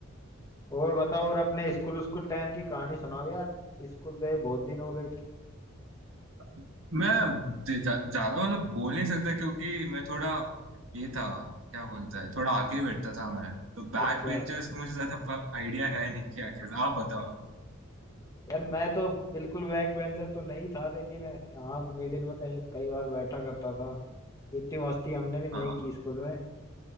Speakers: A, on the left (about 15°); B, on the right (about 65°).
A: और बताओ और अपने स्कूल स्कूल टाइम की कहानी सुनाओ यार स्कूल गए बहुत दिन हो गए
B: नहीं। मैं ज- ज- ज्यादा मतलब बोल नहीं सकता क्योंकि मैं थोड़ा ये था क्या बोलता है थोड़ा आगे बैठता था मैं तो बैक
A: अच्छा
B: बेंचर्स का मुझे ज्यादा आइडिया है नहीं क्या क्या आप बताओ
A: यार मैं तो बिल्कुल बैक बेंचर तो नहीं था लेकिन हाँ मिडिल में कई कई बार बैठा करता था इतनी मस्ती हमने भी नहीं
B: हाँ
A: की स्कूल में